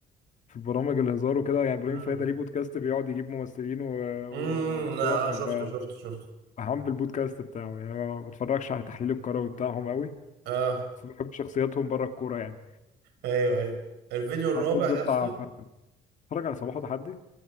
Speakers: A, on the left; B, on the right.
A: في البرامج الهزار وكده يعني ابراهيم
B: مم.
A: فايق ده ليه بودكاست بيقعد يجيب ممثلين و- و-
B: مم.
A: وبتوع
B: اه
A: ببقى
B: آه، شفته شفته شفته
A: بهام بالبودكاست بتاعه يعني أنا ما بتفرجش على تحليل الكروي بتاعهم قوي
B: اه
A: بس بحب شخصياتهم بره الكوره يعني
B: ايوه ايوه الفيديو الرابع
A: حتحوت بيطلع
B: يا اسطى
A: ف- اتفرج على صباحه تحدي